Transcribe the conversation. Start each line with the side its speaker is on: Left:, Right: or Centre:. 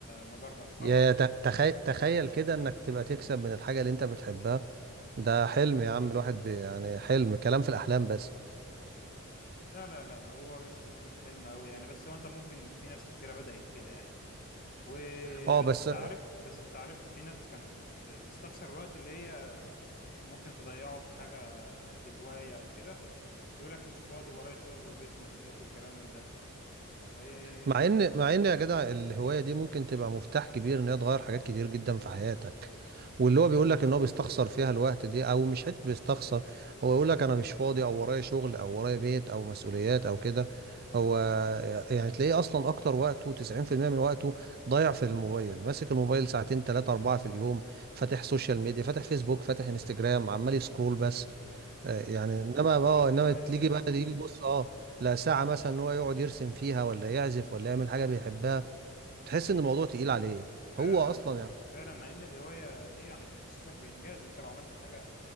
Left: ما جرب جرب
Right: يا تخيل
Left: وممكن
Right: تخيل كده انك تبقى تكسب من الحاجة اللي انت بتحبها ده حلم يا عم الواحد بي يعني حلم كلام في الاحلام بس
Left: لا لا لا هو مش مش حلم قوي يعني بس هو انت ممكن في ناس كتيره بدأت كده يعني وبس
Right: اه بس
Left: انت عارف بس انت عارف في ناس كانت بت... بتستخسر الوقت اللي هي ممكن تضيعه في حاجه في هواية أو كده يقول لك مش فاضي ورايا شغل وبيت ومسؤوليات والكلام من ده وبالظبط
Right: مع ان مع ان يا جدع الهوايه دي ممكن تبقى مفتاح كبير ان هي تغير حاجات كتير جدا في حياتك واللي هو بيقول لك ان هو بيستخسر فيها الوقت دي او مش حته بيستخسر هو يقول لك انا مش فاضي او ورايا شغل او ورايا بيت او مسؤوليات او كده هو يعني تلاقيه اصلا اكتر وقته 90% من وقته ضايع في الموبايل ماسك الموبايل ساعتين ثلاثة أربعة في اليوم فاتح سوشيال ميديا فاتح فيسبوك فاتح انستجرام عمال يسكرول بس آه، يعني انما
Left: بالظبط
Right: اه انما
Left: مع
Right: تيجي
Left: إن
Right: بقى يجي يبص اه لا ساعة مثلا ان هو يقعد يرسم فيها ولا يعزف ولا يعمل حاجة بيحبها تحس
Left: أيوه
Right: ان الموضوع تقيل عليه
Left: فعلا
Right: هو اصلا يعني
Left: فعلا مع إن الهواية دي يعني بتحسسك بإنجاز أنت لو عملت حاجة